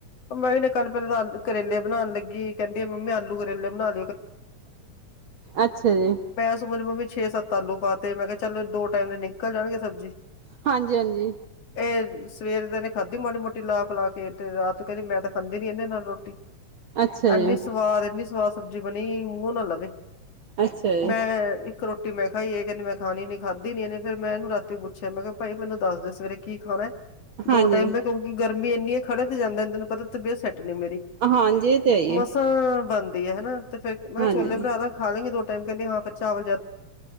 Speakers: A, on the left; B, on the right.
A: ਮਾੀ ਨੇ ਕੱਲ ਪਹਿਲ ਤਾਂਕਰੇਲੇ ਬਣਾਉਣ ਲੱਗੀ ਕਹਿੰਦੀ ਮੰਮੀ ਆਲੂ ਕਰੇਲੇ ਮੈਂ
B: ਅੱਛਾ ਜੀ।
A: ਸੋਚਦਾ ਵੀ ਛੇ ਸੱਤ ਤੁਹਾਨੂੰ ਪਾਤੇ ਮੈਂ ਕਿਹਾ ਚੱਲ ਦੋ ਟਾਈਮ ਨਿਕਲ ਜਾਣਗੇ ਸਬਜੀ
B: ਹਾਂਜੀ ਹਾਂਜੀ
A: ਇਹ ਸਵੇਰ ਦੇ ਨੇ ਖਾਧੀ ਮੋਟੀ ਮੋਟੀ ਲਾ ਪਿਲਾ ਕੇ ਤੇ ਤੇ ਕਹਿੰਦੇ ਮੈਂ ਤਾਂ ਸਮਝ ਨਹੀਂ ਇਹਦੇ ਨਾਲ ਰੋਟੀ
B: ਅੱਛਾ
A: ਇੰਨੀ
B: ਜੀ
A: ਸਵਾਦ ਇਨੀ ਸਬਜੀ ਬਣੀ ਮੂੰਹ ਨਾ ਲਵੇ
B: ਅੱਛਾ ਜੀ
A: ਮੈਂ ਇੱਕ ਤੇ ਮੈਂ ਕਿਹਾ ਜੀ ਇਹ ਕਹਿੰਦੇ ਮੈਂ ਖਾਣੀ ਨਹੀਂ ਖਾਦੀ ਨਹੀਂ ਇਹਨੇ ਫਿਰ ਮੈਂ ਇਹਨੂੰ ਰਾਤੀ ਪੁੱਛਿਆ ਮੈਂ ਕਿਹਾ ਭਾਈ ਮੈਨੂੰ ਦੱਸ ਦੇ ਸਵੇਰੇ ਕੀ ਖਾਣਾ
B: ਹਾਂਜੀ।
A: ਦੋ ਟਾਈਮ ਤੇ ਕਿਉਂਕਿ ਗਰਮੀ ਇਨੀ ਹ ਖੜੇ ਤੇ ਜਾਂਦਾ ਤੈਨੂੰ ਪਤਾ ਤਪੇ ਸੈਟ ਨੇ ਮੇਰੀ
B: ਹਾਂਜੀ ਇਹ ਤੇ ਹੈ ਹੀ
A: ਮਸਾਂ
B: ਹੈ
A: ਬੰ ਇਹ ਹੈਨਾ ਤੇ ਮੈਂ
B: ਹਾਂਜੀ
A: ਛੋਲੇ ਬਣਾ ਤਾ ਖਾ ਲਗੇ ਦੋ ਟਾਈਮ ਕਹਿੰਦੀ ਵਹਾਂ ਪੇ ਚਾਵਲ <inaudible>